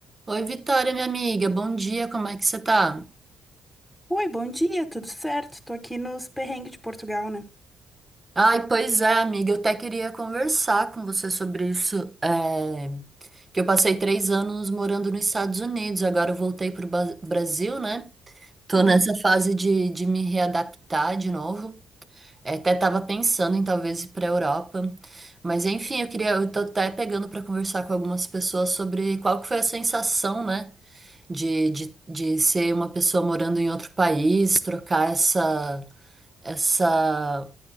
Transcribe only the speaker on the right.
Oi, Vitória, minha amiga, bom dia, como é que você tá?
Ai, pois é, amiga, eu até queria conversar com você sobre isso. é, que eu passei três anos morando nos Estados Unidos, agora eu voltei pro Ba- Brasil, né? Tô
nessa fase de, de me readaptar de novo. É, Até tava pensando em talvez ir pra Europa. Mas enfim, eu queria, eu tô até pegando pra conversar com algumas pessoas sobre qual que foi a sensação, né? De, de, de ser uma pessoa morando em outro país, trocar essa. essa